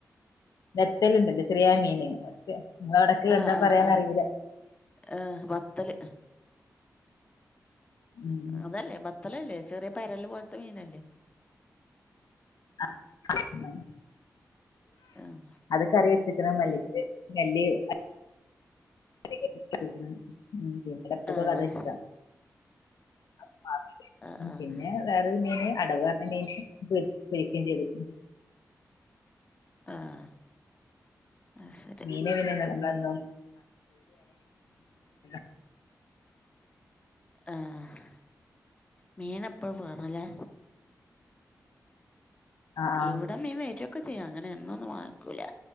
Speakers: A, on the left; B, on the left.
A: ബേത്തലുണ്ടല്ലോ ചെറിയ മീന് അവർക്ക് നിങ്ങളടക്
B: ആഹ്
A: എന്താ
B: ആഹ്
A: പറയാന്
B: ആഹ്
A: അറീല്ല
B: ആഹ് ബത്തല്
A: ഉം
B: അതല്ലേ ബത്തലല്ലേ ചെറിയ പരല് പോലത്തെ മീനല്ലേ
A: <unintelligible>
B: ആഹ്
A: അത് കറി വെച്ചേക്കണ് മല്ലിപ്പൊടി ഇട്ട്. <unintelligible> <unintelligible> കറിവെച്ച്ക്കണ് ഇം ഇവിടെ ഉപ്പക്കൊക്കെ
B: ആഹ്
A: അത് ഇഷ്ട്ടാ <unintelligible>
B: ആഹ് ആഹ്
A: പിന്നെ വേറെ. <unintelligible> അടവ് അർണ മീന് പൊരി പൊരിക്കേ ചെയ്ത്
B: ആഹ് അത് ശരി
A: മീനെ പിന്നെ നമ്മളെന്നും. <unintelligible>
B: ആഹ് മീന് എപ്പഴും വെറൂല്ലേ
A: ആ ആ
B: ഇവിടെ മീൻ വെരൊക്കെ ചെയ്യും അങ്ങനെ എന്നൊന്നും വാങ്ങിക്കൂല്ലാ.